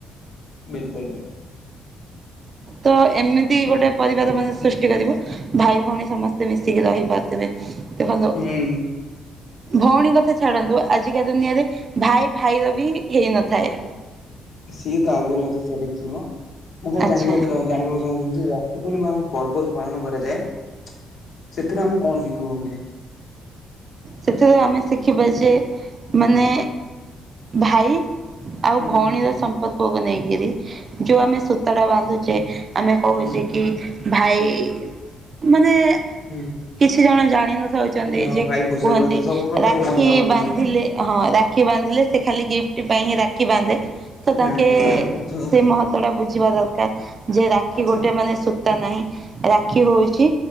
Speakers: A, on the left (about 60°); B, on the right (about 40°).
A: ବିଲ୍ କୁଲ୍।
B: ତ ଏମିତି ଗୋଟେ ପରିବା ଦୋକାନ ସୃଷ୍ଟି କରିବୁ। ଭାଇ ଭଉଣୀ ସମସ୍ତେ ମିଶିକି ରହିପାରୁଥିବେ ଦେଖନ୍ତୁ।
A: ହୁଁ
B: ଭଉଣୀ କଥା ଛାଡନ୍ତୁ ଆଜିକା ଦୁନିଆରେ ଭାଇ ଭାଇର ବି ହେଇନଥାଏ।
A: ସିଏ ତ ଆଗରୁ ଅଛି ସେଟା କିଛି ନୁହଁ ମୁଁ ଖାଲି
B: ଆଚ୍ଛା
A: ଜାଣିବାକୁଁ ଜଣିବାକୁ ଚାହୁଁଥିଲିିିବୁନି। ପର୍ବ ଯୋଉ ପାଳନ କରାଯାଏ ସେଥିରୁ ଆମକୁ କଣ ଶିଖିବା ମିଳେ?
B: ସେଥିରୁ ଆମେ ଶିଖିବା ଯେ ମାନେ ଭାଇ ଆଉ
A: ହୁଁ
B: ଭଉଣୀର ସମ୍ପର୍କକୁ ନେଇକିରି ଯୋଉ ଆମେ ସୂତାଟା ବାନ୍ଧୁଛେ। ଆମେ କହୁଛେ
A: ହୁଁ
B: କି ଭାଇ ମାନେ
A: ହୁଁ।
B: କିଛି ଜଣ ଜାଣି ନସଉଛନ୍ତି
A: ହଁ
B: ଯ
A: ଭାଇ ଖୁସିରେ
B: କୁହନ୍ତି
A: ରୁହନ୍ତି ସବୁ ପ୍ରତ୍ୟେକ
B: ରାକ୍ଷୀ
A: ଭଉଣୀ ଭାବନ୍ତି
B: ବାନ୍ଧିଲେ
A: କି
B: ହଁ ରା ରାଖି ବାନ୍ଧିଲେ ସେ ଖାଲି ଗିଫ୍ଟ ପାଇଁ ହିଁ ରାକ୍ଷୀ ବାନ୍ଧେ ତ ତାଙ୍କେ
A: ନାଇଁ ନାଇଁ ରଥ ହୁଁ
B: ସେ ମହତ୍ଵଟା ବୁଝ ଯିବା ଦରକାର ଯେ ରାକ୍ଷୀ
A: ଆଚ୍ଛା
B: ଗୋଟେ
A: ଆଚ୍ଛା।
B: ମାନେ ନାହିଁ ରାକ୍ଷୀ ହଉଛି